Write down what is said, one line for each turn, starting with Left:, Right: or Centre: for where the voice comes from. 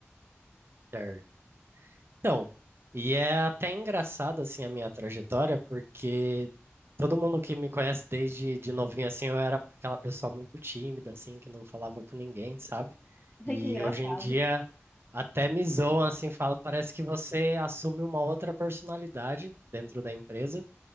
Right: certo. Então, e é até engraçado assim a minha trajetória, porque todo mundo que me conhece desde de novinho assim, eu era aquela pessoa muito tímida assim, que não falava com ninguém, sabe?
Left: <laughs>
Right: E
Left: Que engraçado.
Right: hoje em dia até me zoam assim, fala, parece que você assume uma outra personalidade dentro da empresa.